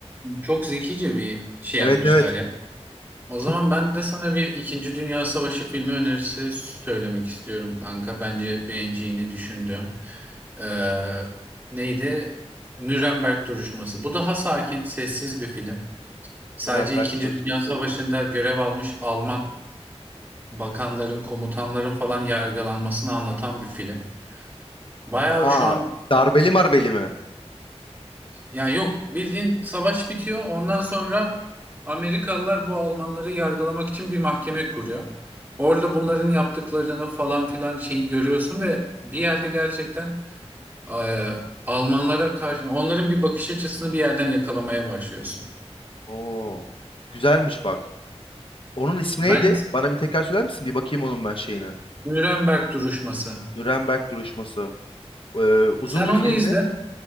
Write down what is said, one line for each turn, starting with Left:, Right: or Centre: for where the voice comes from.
Right: Çok zekice bir şey
Left: Evet
Right: yapmışlar
Left: evet.
Right: ya. O zaman
Left: Çok
Right: ben de sana bir İkinci Dünya Savaşı filmi önerisi söylemek istiyorum kanka. Bence beğeneceğini düşündüm. Ee, neydi? Nürnberg duruşması. Bu daha sakin, sessiz bir film. Sadece
Left: Nürnberg
Right: İkinci
Left: duruşması.
Right: Dünya Savaşı'nda görev almış Alman bakanların, komutanların falan yargılanmasını anlatan bir film. Bayağı
Left: Aha,
Right: şu an
Left: darbeli marbeli mi?
Right: ya yok bildiğin savaş bitiyor. Ondan sonra Amerikalılar bu Almanları yargılamak için bir mahkeme kuruyor. Orada bunların yaptıklarını falan filan şeyi görüyorsun ve bir yerde gerçekten e, Almanlara karşı onların bir bakış açısını bir yerden yakalamaya başlıyorsun.
Left: Oo. Güzelmiş bak. Onun ismi
Right: Ben
Left: neydi? Bana bir tekrar söyler misin? Bir bakayım onun ben şeyine.
Right: Nuremberg duruşması.
Left: Nuremberg duruşması. Ee, uzun
Right: Sen onu
Left: bir film
Right: izle.
Left: mi?